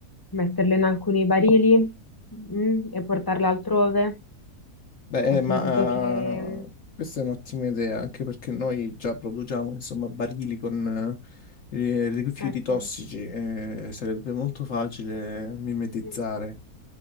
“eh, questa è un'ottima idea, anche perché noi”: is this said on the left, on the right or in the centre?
Left